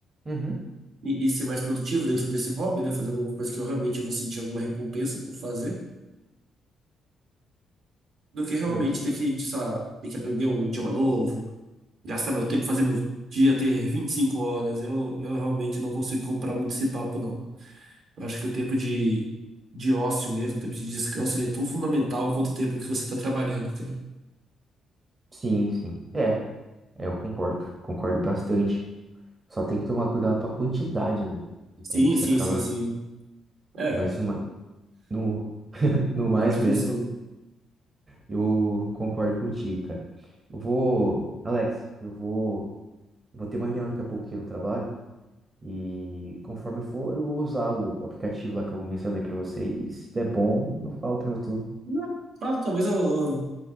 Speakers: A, on the right (about 30°); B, on the right (about 60°).
A: Uhum.
B: E, e ser mais produtivo dentro desse hobby, né? Fazer alguma coisa que eu realmente vou sentir alguma recompensa por fazer, do que realmente
A: Do que-
B: ter que, sei lá, ter que aprender um idioma novo, gastar meu tempo, fazer meu dia ter 25 horas. Eu, eu realmente não consigo comprar muito esse papo, não. Eu acho que o tempo de, de ócio mesmo, o tempo de descanso, ele é tão fundamental quanto o tempo que você está trabalhando,
A: Sim, sim. É, é, eu concordo, cara, concordo bastante. Só tem que tomar cuidado com a quantidade, né, de
B: Sim,
A: tempo que
B: sim,
A: você acaba,
B: sim, sim. É,
A: mas numa, no, <laughs> no mais
B: eu acho
A: mesmo,
B: que sim.
A: eu concordo contigo, cara. Eu vou, Alex, eu vou. Vou ter uma reunião daqui a pouco aqui no trabalho. E conforme eu for, eu vou usar o aplicativo lá que eu mencionei pra vocês. Se der bom, eu falo pra tu.
B: Não, tá, talvez eu, eu,